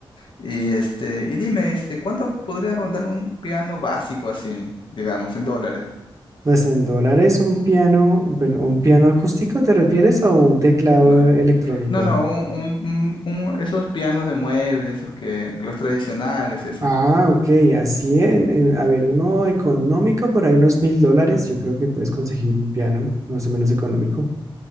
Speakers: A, on the left; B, on the right.
A: Y este, y dime, este, ¿cuánto podría rondar un piano básico así, digamos, en dólares?
B: Pues en dólares un piano, bueno, ¿un piano acústico te refieres o un teclado
A: No,
B: electrónico?
A: no, no, un, un- un- un- esos pianos de mueble, esos que, los tradicionales, esos.
B: Ah, ok, así en, en- a ver, uno económico por ahí unos mil dólares, yo creo que puedes conseguir un piano más o menos económico.